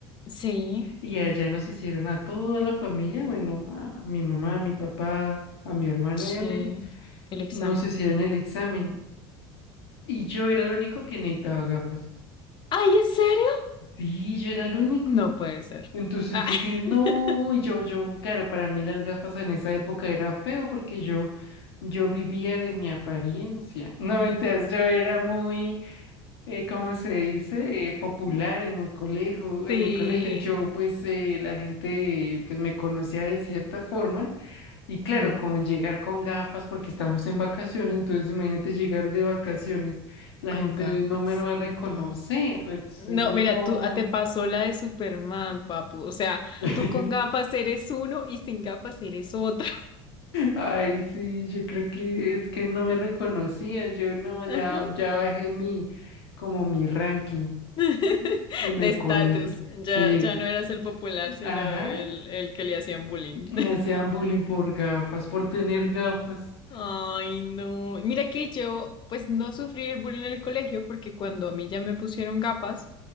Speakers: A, on the left; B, on the left.
A: sí,
B: Y allá nos hicieron a toda la familia, bueno, a mi mamá, a mi papá, a mi hermano
A: sí,
B: y a mí,
A: el examen.
B: nos hicieron el examen Y yo era el único que necesitaba gafas.
A: ¿Ay, en serio?
B: Sí, yo era el único.
A: No puede ser.
B: Entonces
A: Ah.
B: dije, no,
A: <laughs>
B: y yo, yo, claro, para mí las gafas en esa época era feo porque yo, yo vivía de mi apariencia. <laughs> No, mentiras, yo era muy, eh, ¿cómo se dice? Eh, popular en el colegio, en
A: Sí,
B: el colegio. Y yo, pues, eh, la gente, pues, me conocía de cierta forma. Y claro,
A: mm,
B: con llegar con gafas porque estamos en vacaciones, entonces imagínate llegar de vacaciones, la
A: con
B: gente
A: gafas.
B: no me va a reconocer,
A: No.
B: entonces
A: No,
B: yo
A: mira,
B: no.
A: tú ah, te pasó la de Superman, papu. O sea,
B: <laughs>
A: tú con gafas eres uno y sin gafas eres otro.
B: Ay, sí, yo creo que es que no me reconocían, yo no,
A: Ajá.
B: ya, ya bajé mi, como mi ranking
A: <laughs>
B: en
A: De
B: el
A: estatus.
B: colegio,
A: Ya,
B: sí,
A: ya no eras el popular, sino
B: ajá,
A: el, el que le hacían bullying.
B: me
A: <laughs>
B: hacían bullying por gafas, por tener gafas,
A: Ay, no. Mira que yo, pues no sufrí el bullying en el colegio porque cuando a mí ya me pusieron gafas,